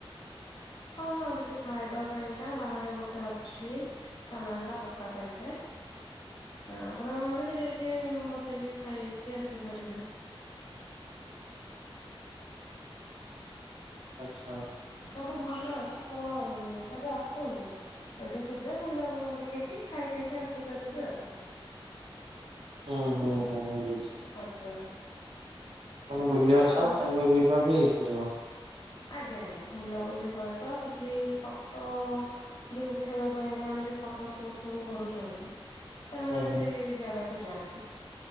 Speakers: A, on the left; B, on the right.
A: ହଁ ହଁ ସେଠି ଖାଇବା ପାଇଁକା ବାହାରେ ଗୋଟେ ଅଛି। ତା ନାଁ ହେଲା ବୋକା କ୍ୟାଫେ। ଆପଣ ସେଇଠି ଯାଇକି ବସେଇକି ଖାଇକି ଆସିପାରିବେ।
B: ଆଚ୍ଛା
A: ସବୁ ଭଲ ଅଛି ଆପଣ କେବେ ଆସନ୍ତୁ। ସେଇଠି ଯିବେ ବୁଲ ବୁଲିକି ଖାଇ ପିଇକି ଆସିପାରିବେ ଆଉ।
B: ହଁ ହଁ ହଁ
A: ଆଜ୍ଞା ଆପଣଙ୍କର
B: ବୁଲ ବା ସହ
A: ଆମ
B: ଖାଇବା ପିଇବା ବି ହେଇପାରିବ।
A: ଆଜ୍ଞା ଆଜ୍ଞା ବୁଲାବୁଲି ସହିତ ସେଠି ଫଟୋ ବି ଉଠେଇବା ପାଇଁକା ମାନେ ଯୋଉ। ଫଟ ସୁଟ ସବୁ କରୁଛନ୍ତି। ସେମାନେ
B: ହୁଁ ହୁଁ
A: ବି ସେଇ ଜାଗାକୁ ଯାଆନ୍ତି।